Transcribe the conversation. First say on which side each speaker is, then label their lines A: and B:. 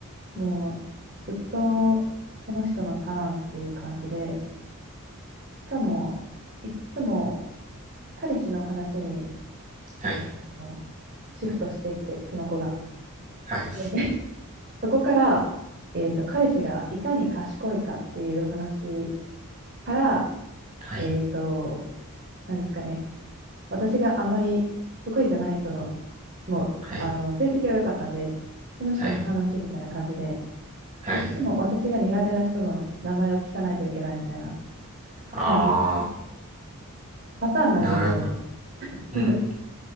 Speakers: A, on the right; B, on the right.
A: もう、ずっと、その人のターンっていう感じで、しかも、いっつも、彼氏の話に、
B: はい、
A: こうシフトしていって、その子が。
B: はい、
A: で、<laughs> そこから、えっと、彼氏がいかに賢いかっていう話から、
B: はい、
A: えっと、なんですかね、私があんまり得意じゃない人のもう、
B: はい、
A: あの、成績は良かったんで、その人の話みたいな感じで、
B: はい、はい。
A: いつも私が苦手な人の名前を聞かないといけないみたいな
B: ああ、
A: 感じで、パターンなんですよね。
B: なるほど。
A: <laughs>
B: うん。